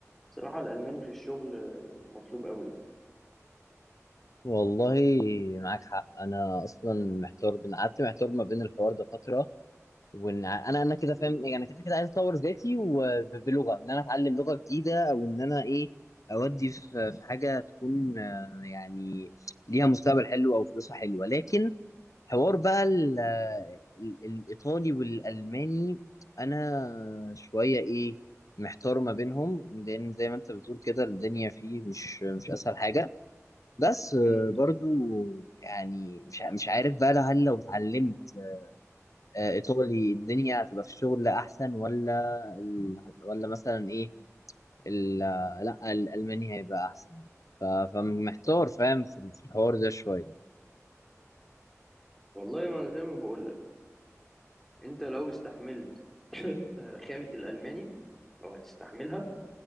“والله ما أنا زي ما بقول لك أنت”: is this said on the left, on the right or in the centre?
Centre